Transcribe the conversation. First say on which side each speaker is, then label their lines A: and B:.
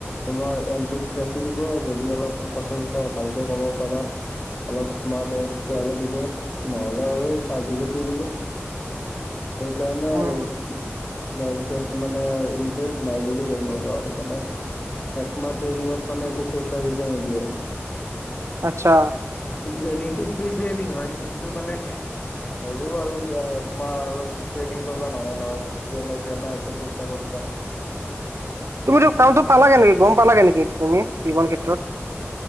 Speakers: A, on the left (about 35°); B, on the right (about 70°).
A: তোমাৰ এণ্ট্ৰিত ৰাখি দিব, যদি অলপ কথা চথা ভালকে ক'ব পাৰা। অলপ স্মাৰ্ট হয় তেতিয়াহ'লে দিব, নহ'লে আৰু এই চাৰ্ভিচত দি দিব। সেইকাৰণে আৰু।
B: উম
A: তাৰপিছত মানে ইন্টাৰেষ্ট নাই বুলি ক'লো, আৰু-আৰু মানে একমাহ ট্ৰেইনিঙত মানে একো পইচা চইচা নিদিয়ে।
B: আচ্ছা।
A: ট্ৰেইনিংটো ফ্ৰী ট্ৰেইনিং হয়, কিন্তু মানে হ'লেও আৰু এতিয়া একমাহ আৰু ট্ৰেইনিং কৰিব নোৱাৰা নহয়, E M I C M I আছে পইচা ক'ত পাম।
B: তুমিতো কামটো পালা কেনেকে, গম পালা কেনেকে এইটো তুমি, <unintelligible> ক্ষেত্ৰত।